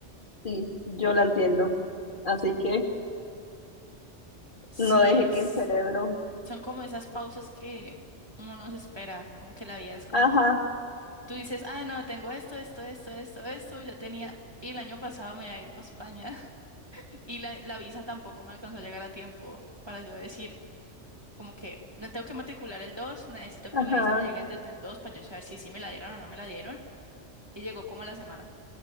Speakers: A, on the left; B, on the right.
A: sí, yo la entiendo. Así que
B: Sí,
A: no deje
B: es,
A: que el cerebro.
B: son como esas pausas que uno no se espera, como que la vida es como,
A: Ajá,
B: tú dices, ah, no, tengo esto, esto, esto, esto, esto, ya tenía, y el año pasado me iba a ir para España <laughs> y la, la visa tampoco me alcanzó a llegar a tiempo para yo decir, como que no tengo que matricular el 2 necesito
A: ajá.
B: que la visa me llegue antes del dos para yo saber si sí me la dieron o no me la dieron, y llegó como a la semana.